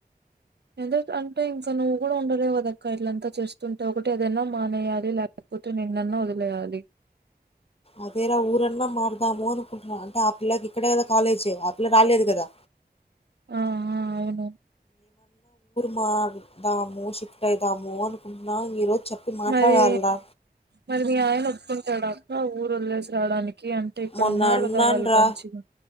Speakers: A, on the right (about 90°); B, on the left (about 35°).
A: ఎందు అంటే ఇంకా నువ్వు కూడా ఉండలేవ్ కదక్క ఇట్లంతా చేస్తుంటే ఒకటి అదన్నా మానేయ్యాలి లేక పోతే నిన్నన్న వదిలేయాలి
B: అదేరా ఊరన్నా మార్ మారుద్దాము అనుకుంటున్నాం అంటే ఆ పిల్లకి ఇక్కడే కదా కాలేజ్ ఆ పిల్ల రాలేదు కదా
A: ఆహా అవును
B: మరుద్దాము షిఫ్ట్ అయిదాము అనుకుంటున్నా ఈరోజు చెప్పి మాట్లాడాలిరా.
A: మరి మరి మీ ఆయన ఒప్పుకుంటాడా అక్క ఊరు వదిలేసి రావడానికి కి అంటే ఇక్కడ
B: మొన్న
A: ఉన్నారు
B: అన్నానురా
A: కదా వాళ్ళు మంచిగా